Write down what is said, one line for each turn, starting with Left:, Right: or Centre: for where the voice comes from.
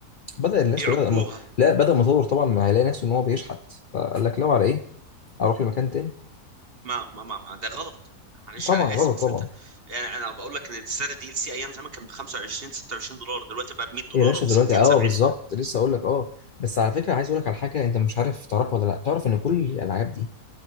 Left: بدأ الناس
Right: يعكوها
Left: كلها تبقى م- لا بدأ المطور طبعا ما هيلاقي نفسه ان هو بيشحت فقال لك لو على ايه اروح لمكان تاني
Right: ما ما ما, ما ده غلط معلش
Left: طبعا
Right: انا
Left: غلط
Right: اسف بس
Left: طبعا
Right: انت يعني انا بقول لك ان السعر الدي ال سي ايام زمان كان ب 25 26 دولار دلوقتي بقى ب 100 دولار
Left: يا باشا
Right: و60
Left: دلوقتي اه
Right: 70
Left: بالظبط لسه اقول لك اه بس على فكره عايز اقول لك على حاجه انت مش عارف تعرفها ولا لا تعرف ان كل الالعاب دي